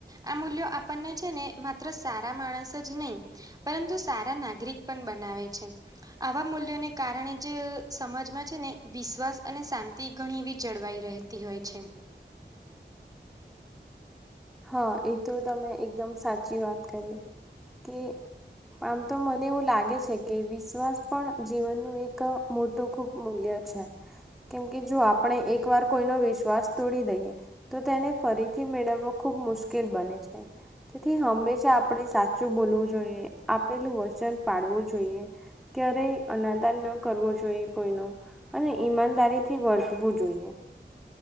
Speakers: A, on the right; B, in the centre.
A: આ મૂલ્યો આપણને છે ને માત્ર સારા માણસ જ નહીં પરંતુ સારા નાગરિક પણ બનાવે છે. આવા મૂલ્યોને કારણે જ સમાજમાં છે ને વિશ્વાસ અને શાંતિ ઘણી એવી જળવાઈ રહે તી હોય છે.
B: હા એ તો તમે એકદમ સાચી વાત કરી કે આમ તો મને એવું લાગે છે કે વિશ્વાસ પણ જીવનનું એક મો ટુ ખૂબ મૂલ્ય છે કેમ કે જો આપણે એક વાર કોઈનો વિશ્વાસ તોડી દઈએ તો તો તેને ફરીથી મેળવવો ખુબ મુશ્કેલ બને છે. તેથી હંમેશા આપણે સાચું બોલવું જોઈએ. આપેલું વચન પાળવું જોઈએ. ક્યારેય અનાદાન ન કરવો જોઈએ કોઈનો અને ઈમાનદારીથી વર્તવું જોઈએ.